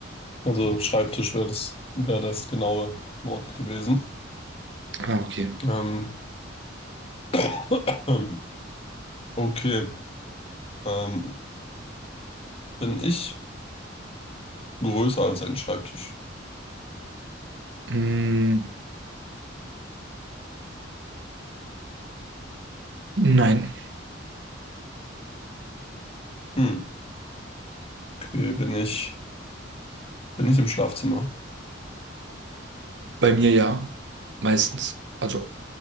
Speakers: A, on the left; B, on the right.
A: Also Schreibtisch wäre das, wäre das genaue Wort gewesen.
B: Ah, okay.
A: Ähm, <clears throat> <coughs> okay. Ähm, bin ich größer als ein Schreibtisch?
B: Mm, nein,
A: Hm. Okay, bin ich, bin ich im Schlafzimmer?
B: bei mir ja. Meistens. Also